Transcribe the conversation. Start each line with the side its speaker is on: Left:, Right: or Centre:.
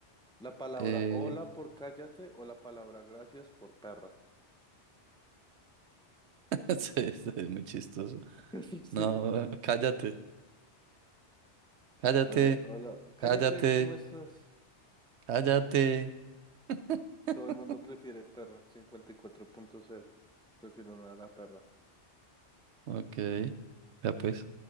Centre: La palabra
Right: Eh...
Centre: hola por cállate o la palabra gracias por perra.
Right: <laughs> sí, sí, es muy chistoso.
Centre: <laughs> Sí.
Right: No, cállate, cállate,
Centre: Hola, hola, cállate,
Right: cállate,
Centre: ¿cómo estás?
Right: cállate. <laughs>
Centre: Todo el mundo prefiere perra, Cincuenta y cuatro punto cero. Prefiero una a la perra.
Right: Ok, ya pues,